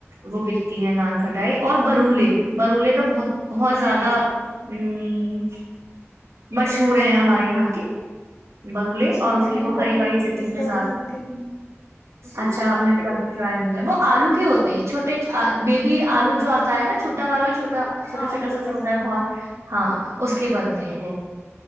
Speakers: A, on the right; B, on the left.
A: وہ بکتی ہے نان کٹائی اور برولے برولے تو بہت بہت زیادہ ا مشہور ہے ہمارے یہاں کے برولے
B: اچھا
A: اور اس
B: میں
A: کی
B: نے
A: وہ ہری
B: کبھی
A: باری چرچن
B: اس
A: کے
B: کا
A: ساتھ
B: ذکر نہیں-
A: اچھا آپ نےبھی وہ آلو کے ہوتے ہیں چھوٹے بیبی آلو جو آتا ہے نا چھوٹا والا چوٹا چھوٹا
B: ہاں
A: چھوٹا ساچ ہوتا
B: سا
A: ہے
B: ہاں
A: بہت ہاں اس کے بنتے ہیں وہ